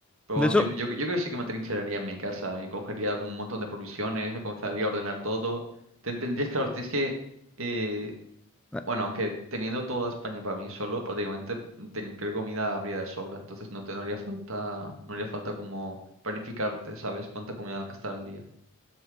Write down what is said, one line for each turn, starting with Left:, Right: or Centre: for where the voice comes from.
Right: Pero
Centre: De
Right: vamos,
Centre: hecho,
Right: yo, yo, yo creo que sí que me atrincheraría en mi casa y cogería como un montón de provisiones, me comenzaría a ordenar todo. Te entendías, claro, tienes que, eh,
Centre: eh,
Right: bueno, aunque teniendo toda España para mí solo, prácticamente ten- creo que comida habría de sobra, entonces no te no haría falta, no haría falta como planificarte, ¿sabes? Cuánta comida gastar al día.